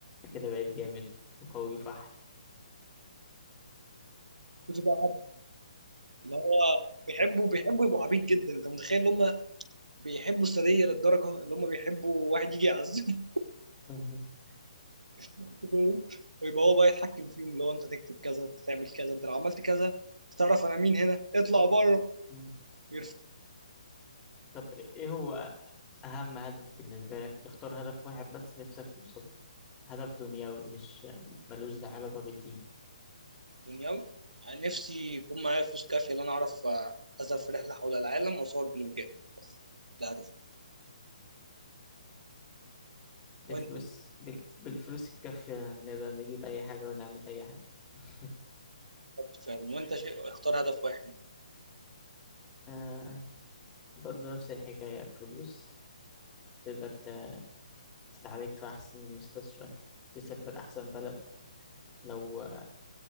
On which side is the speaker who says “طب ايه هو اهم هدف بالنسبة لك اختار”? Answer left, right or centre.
Left